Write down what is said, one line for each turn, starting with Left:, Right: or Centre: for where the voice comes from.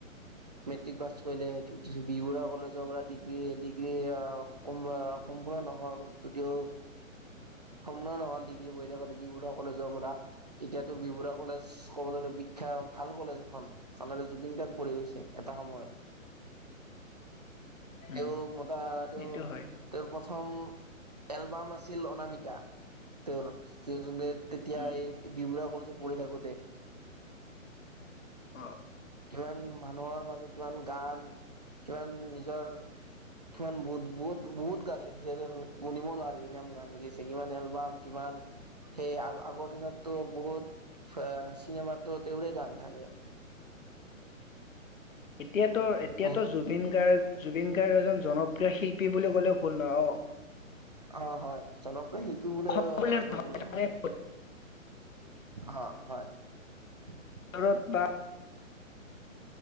Right: মেট্ৰিক পাছ কৰিলে। বি বৰুৱা কলেজৰ পৰা ডিগ্ৰী, ডিগ্ৰী আ' সম্পূৰ্ণ নহ'ল যদিও, সম্পূৰ্ণ নহ'ল ডিগ্ৰী পঢ়ি থাকোঁতে বি বৰুৱা কলেজৰ পৰা। এতিয়াতো বি বৰুৱা কলেজ ক'বলৈ গ'লে বিখ্যাত ভাল কলেজ এখন। <unintelligible> জুবিন দা পঢ়ি গৈছে এটা সময়ত।
Left: উম
Right: তেওঁ মতা
Left: সেইটো
Right: তেওঁ
Left: হয়
Right: তেওঁৰ প্ৰথম এলবাম আছিল অনামিকা তেওঁৰ তেতিয়া
Left: উম
Right: এই বি বৰুৱা পঢ়ি থাকোতে
Left: অ
Right: কিমান মানুহৰ মাজত কিমান গান কিমান নিজৰ কিমান বহুত বহুত বহুত গান লিখিছে যে গুনিব নোৱাৰি ইমান গান লিখিছে কিমান এলবাম কিমান সেই আ আগৰ দিনততো বহুত চিনেমাত তেওঁৰে গান থাকে
Left: এতিয়াতো এতিয়াতো
Right: অ
Left: জুবিন গাৰ্গ জুবিন গাৰ্গ এজন জনপ্ৰিয় শিল্পী বুলি কলেও ভুল নহয় অ
Right: অ হয় চলপ সেইটো বুলিল
Left: অসম বুলিয়ে নহয়,
Right: ন
Left: মানে
Right: হা হয় <unintelligible>
Left: ভাৰত বা